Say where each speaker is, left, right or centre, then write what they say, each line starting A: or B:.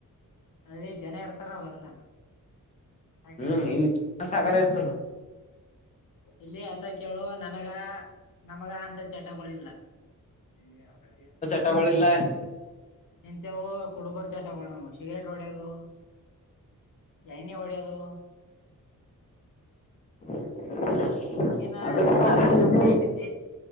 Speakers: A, on the left; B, on the left.
A: ಅದಲ್ಲಿ ಜನ ಇರ್ತಾರ ನ ಬರಲ್ಲ ಆಂಟಿ
B: ಹ್ಮ್ ಇಲ್ಲಿ ಸಾಗರ ಇರ್ತದ
A: ಇಲ್ಲಿ ಆತ ಕೇಳು ನನಗ ನಮಗ ಅಂತ ಚಟಗಳಿಲ್ಲ ಇಲ್ಲಿ ಬ
B: ಚಟಗೊಳಿಲ್ಲ
A: ನಿಂತೆವು ಕುಡುಕರ್ ಚಟ ಬ ನ ಶಿಗರೆೇಟ್ ಹೊಡೆದು ಎಣ್ಣೆ ಎಡೆಯದು
B: <inaudible>
A: ಏನ
B: ಅದಕ್ಕ
A: ಏನ
B: ಅದ
A: ಜನ ಪರಿಸ್ಥಿತಿ <unintelligible>